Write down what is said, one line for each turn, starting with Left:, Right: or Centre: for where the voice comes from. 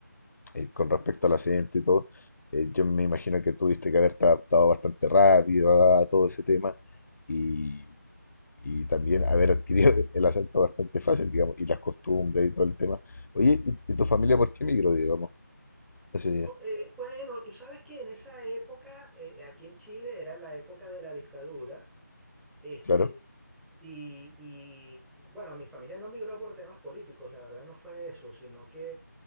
Left: eh, con respecto al acento y todo, eh, yo me imagino que tuviste que haberte adaptado bastante rápido a, a todo ese tema y, y también haber adquirido <laughs> el acento bastante fácil, digamos, y las costumbres y todo el tema. Oye, ¿y, y tu familia por qué migró, digamos? Así,
Centre: Oh, eh, bueno, tú sabes que en esa época, eh, aquí en Chile era la época de la dictadura. Este,
Left: claro.
Centre: Y, y, bueno, mi familia no migró por temas políticos, la verdad no fue eso, sino que